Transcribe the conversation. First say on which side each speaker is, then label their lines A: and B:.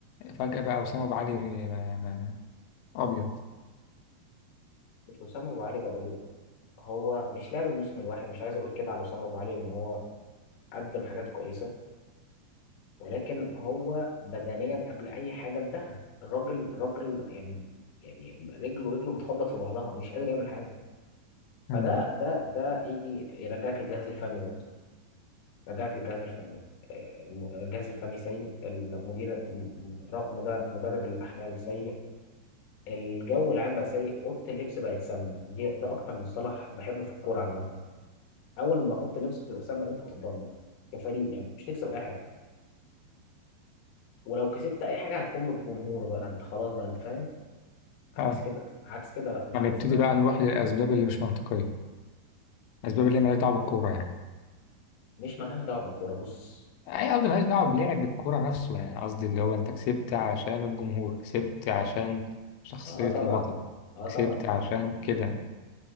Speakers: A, on the left; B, on the left.
A: فجأة بقى أسامة أبو علي ما ما أبيض
B: مش وسام ابو علي بقى ابيض هو مش لاعب الموسم الواحد مش عايز اقول كده على وسام ابو علي ان هو قدم حاجات كويسه ولكن هو بدنيا قبل اي حاجه انتهى الراجل الراجل يعني يعني رجله رجله بتخبط في بعضها مش قادر يعمل حاجه
A: مم.
B: فده ده ده يجي يرجعك الجهاز الفني برضه يرجعك للجهاز الفني آه، م- الجهاز الفني سيء المدير م- ر- مد- مدرب الأحمال سيء الجو العام بقى سيء أوضة اللبس بقت سامة دي ده أكتر مصطلح بحبه في الكورة عامة أول ما أوضة اللبس بتبقى سامة أنت بتتدمر كفريق يعني مش تكسب أي حاجة ولو كسبت أي حاجة هتكون بالجمهور بقى أنت خلاص بقى أنت فاهم عكس
A: اه
B: كده عكس كده لا مش
A: هنبتدي
B: هتكسب أي
A: بقى
B: حاجة
A: نروح للأسباب اللي مش منطقية الأسباب اللي مالهاش دعوة بالكورة يعني
B: مش ملهاش دعوة بالكورة بص
A: أي قصدي مالهاش دعوة بلعب الكورة نفسه يعني قصدي اللي هو أنت كسبت عشان الجمهور كسبت عشان شخصية
B: اه طبعا
A: البطل
B: اه طبعا
A: كسبت عشان كده